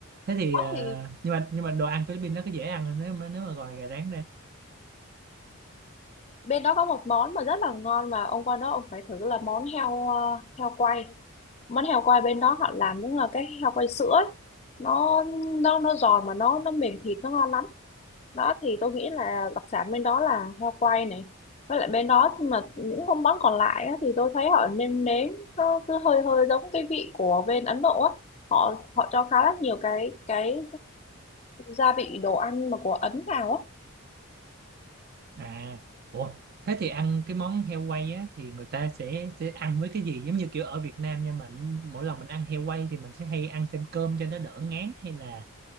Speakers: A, on the right; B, on the left.
A: thế thì
B: đó
A: ờ,
B: thì
A: nhưng mà nhưng mà đồ ăn Philippines nó có dễ ăn không nếu mà nếu mà gọi gà rán ra
B: bên đó có một món mà rất là ngon mà ông qua đó ông phải thử là món heo ờ, heo quay món heo quay bên đó họ làm đúng là cái heo quay sữa ấy. nó nó nó giòn mà nó nó mềm thịt nó ngon lắm đó thì tôi nghĩ là đặc sản bên đó là heo quay này với lại bên đó mà những con món còn lại á, thì tôi thấy họ nêm nếm nó cứ hơi hơi giống cái vị của bên Ấn Độ á họ họ cho khá là nhiều cái cái gia vị đồ ăn mà của Ấn vào á
A: à ủa thế thì ăn cái món heo quay á thì người ta sẽ sẽ ăn với cái gì giống như kiểu ở Việt Nam nhưng mà mỗi lần mình ăn heo quay thì mình sẽ hay ăn thêm cơm cho nó đỡ ngán hay là